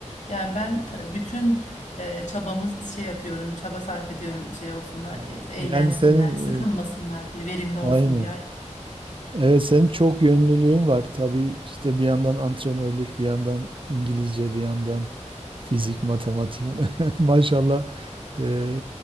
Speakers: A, on the left; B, on the right.
A: Yani ben ta- bütün e, çabamız şey yapıyorum çaba sarf ediyorum şey olsunlar
B: Evet.
A: diye işte eğlensinler
B: Yani senin
A: sıkılmasınlar
B: e,
A: diye verimli olsun
B: aynen.
A: diye.
B: Evet senin çok yönlülüğün var. Tabii işte bir yandan antrenörlük, bir yandan İngilizce, bir yandan fizik, matematik. <laughs> Maşallah e,